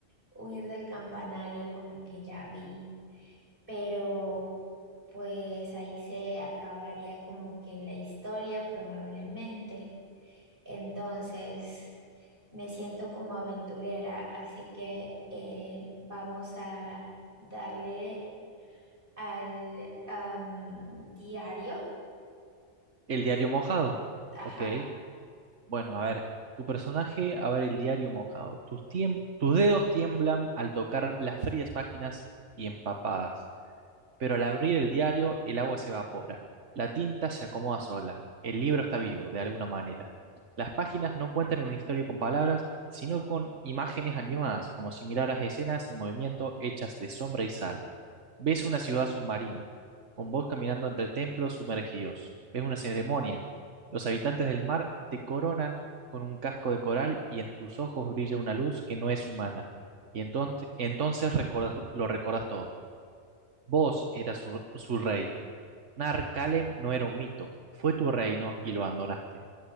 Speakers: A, on the right (about 45°); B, on the right (about 80°).
A: huir del campanario con lo que ya vi. Pero pues ahí se acabaría como que la historia probablemente. Entonces. Me siento como aventurera, así que eh, vamos a darle al am, diario.
B: El diario mojado.
A: Ajá.
B: Ok. Bueno, a ver, tu personaje abre el diario mojado. Tus, tiemp- tus dedos tiemblan al tocar las frías páginas y empapadas. Pero al abrir el diario, el agua se evapora, la tinta se acomoda sola, el libro está vivo, de alguna manera. Las páginas no cuentan una historia con palabras, sino con imágenes animadas, como si miraras escenas en movimiento hechas de sombra y sal. Ves una ciudad submarina, con vos caminando entre templos sumergidos. Ves una ceremonia. Los habitantes del mar te coronan con un casco de coral y en tus ojos brilla una luz que no es humana. Y entonces, entonces recordas- lo recordas todo. Vos eras su, su rey. Nar Kalem no era un mito. Fue tu reino y lo abandonaste.